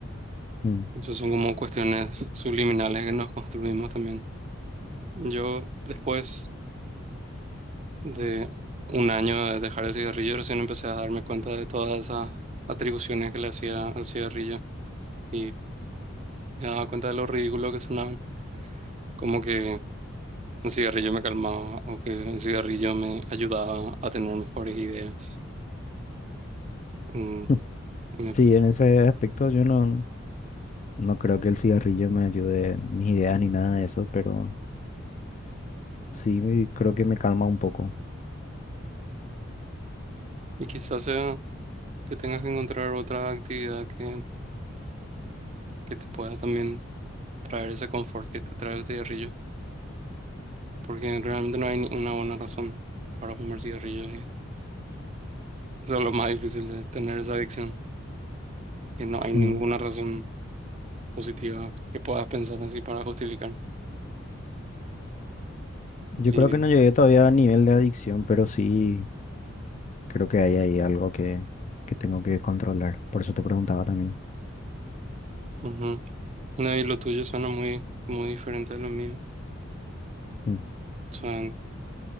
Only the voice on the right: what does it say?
Entonces son como cuestiones subliminales que nos construimos también. Yo después de un año de dejar el cigarrillo, recién empecé a darme cuenta de todas esas atribuciones que le hacía al cigarrillo y me daba cuenta de lo ridículo que sonaban, como que el cigarrillo me calmaba o que el cigarrillo me ayudaba a tener mejores ideas. Mm,
me-
y quizás sea que tengas que encontrar otra actividad que, que te pueda también traer ese confort que te trae el cigarrillo, porque realmente no hay ni una buena razón para fumar cigarrillo y eso es lo más difícil de tener esa adicción. que no hay ninguna
razón positiva que puedas pensar así para justificar.
Y,
ujú. No, y lo tuyo suena muy, muy diferente a lo mío.
O sea,